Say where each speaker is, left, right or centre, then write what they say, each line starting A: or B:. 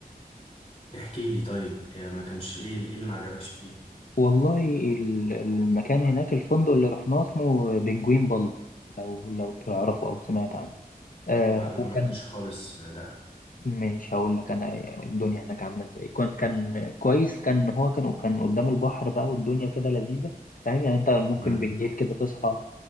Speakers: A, on the left; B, on the left.
A: احكي لي طيب آه، ما كانش ايه ايه اللي ما عجبكش فيه
B: والله ال- المكان هناك الفندق اللي رحناه اسمه بنجوين بال لو لو تعرفه او سمعت عنه آه
A: انا انا ما
B: هو
A: روحتش
B: كان
A: خالص آه، دهب
B: مش هقول لك انا آه، الدنيا هناك عامله ازاي كان كان كويس كان هو كان كان قدام البحر بقى والدنيا كده لذيذه فاهم يعني انت ممكن
A: امم
B: بالليل كده تصحى